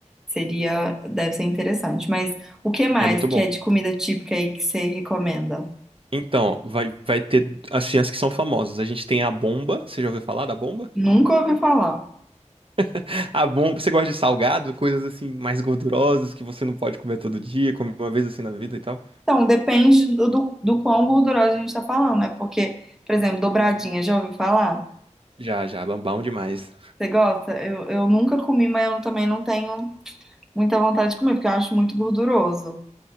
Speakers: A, in the centre; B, on the right.
A: seria, deve ser interessante. Mas o que mais
B: É muito
A: que
B: bom.
A: é de comida típica aí que você recomenda?
B: Então, vai, vai ter assim, as ciências que são famosas. A gente tem a bomba. Você já ouviu falar da bomba?
A: Nunca ouvi falar.
B: <laughs> A bomba. Você gosta de salgado? Coisas assim mais gordurosas que você não pode comer todo dia, come uma vez assim na vida e tal.
A: Então, depende do, do, do quão gordurosa a gente tá falando, né? Porque, por exemplo, dobradinha, já ouviu falar?
B: Já, já, bom bom demais.
A: Você gosta? Eu, eu nunca comi, mas eu também não tenho. muita vontade de comer, porque eu acho muito gorduroso.